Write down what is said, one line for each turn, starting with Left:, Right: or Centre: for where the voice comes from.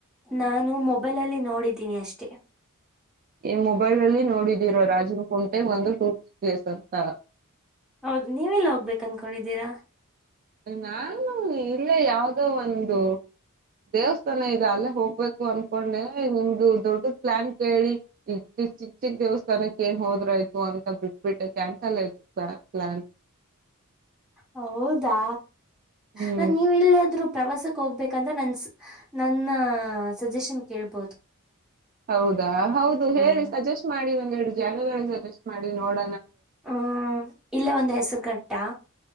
Centre: ನಾನು ಮೊಬೈಲಲ್ಲಿ ನೋಡಿದ ತಿಿನಿ ಅಷ್ಟೆ
Right: ಈ ಮೊಬೈಲ್ ಅಲ್ಲಿ ನೋಡಿದೀರಾ ರಾಜನ್ ಕು ಒಂದು ಟೂರಿಸ್ಟ್ ಪ್ಲೇಸ್ ಅಂತ
Centre: ಹೌದು ನೀವೆಲ್ಲ ಹೋಗ್ಬೇಕ ಅನ್ಕೊಂಡಿದ್ದೀರಾ
Right: ನಾನು ಇಲ್ಲೇ ಯಾವ್ದೋ ಒಂದು ದೇವಸ್ಥಾನ ಇದೆ ಅಲ್ಲೇ ಹೋಗ್ಬೇಕು ಅನ್ಕೊಂಡೆ ನಿಮ್ದು ದೊಡ್ಡದ ಪ್ಲಾನ್ ಕೇಳಿ ಚಿ ಚಿಕ್ ಚಿಕ್ ದೇವಸ್ಥಾನಕ್ಕೆ ಏನ್ ಹೋದ್ರಯ್ತು ಅಂತ ಬಿಟ್ಬಿಟ್ಟು ಕ್ಯಾನ್ಸಲ್ ಆಯ್ತು ಪ್ಲಾನ್ ಪ್ಲಾನ್
Centre: ಹೌದಾ
Right: ಹ್ಮ್
Centre: ಹ ನೀವುಲ್ಲಿಾದ್ರು ಪ್ರವಾಸಕ್ಕೆ ಹೋಗ್ಬೇಕಂತ ನನ್ ನನ್ನ ಸಜೆಷನ್ ಕೇಳ್ಬೋದು
Right: ಹೌದಾ ಹೌದು
Centre: ಹ್ಮ್
Right: ಹೇಳಿ ಸಜೆಸ್ಟ್ ಮಾಡಿ ಂದ ಎರಡು ಜಾಗ ಸಜೆಸ್ಟ್ ಮಾಡಿ ನೋಡ
Centre: ಹ್ಮ ಇಲ್ಲ ಒಂದ್ ಹೆಸರುಗಟ್ಟ ಯಾ